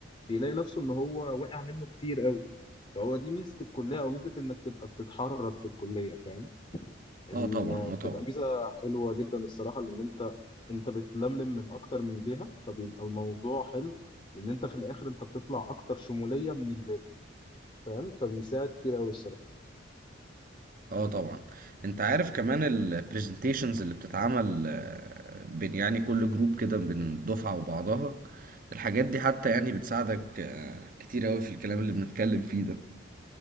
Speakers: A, on the left (about 30°); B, on the right (about 45°).
A: بيلاقي نفسه ان هو واقع منه كتير قوي فهو دي ميزه الكليه او ميزه انك تبقى بتتحرك في الكليه فاهم ال-
B: اه طبعا اه
A: بتبقى
B: طبعا
A: ميزه حلوه جدا الصراحه لان انت انت بتلملم من اكتر من جهه فبيبقى الموضوع حلو لان انت في الاخر انت بتطلع اكتر شموليه من الباقي فاهم فبيساعد كتير قوي الصراحه
B: اه طبعا انت عارف كمان البرزنتيشنز اللي بتتعمل آه، بين يعني كل جروب كده بين الدفعة وبعضها الحاجات دي حتى يعني بتساعدك آه، كتير اوي في الكلام اللي بنتكلم فيه ده